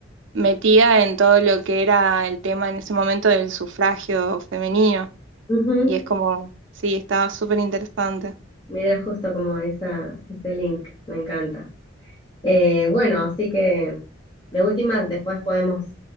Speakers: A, on the right; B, on the left.
A: metida en todo lo que era el tema en ese momento del sufragio femenino.
B: Ujú.
A: Y es como, sí, está súper interesante.
B: Mira, justo como esa, ese link, me encanta. Eh, bueno, así que de última, después podemos